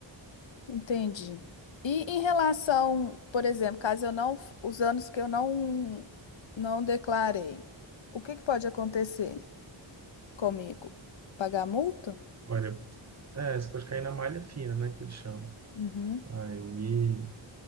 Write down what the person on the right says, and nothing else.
Olha, é, você pode cair na malha fina, né? Que eles chamam.
Aí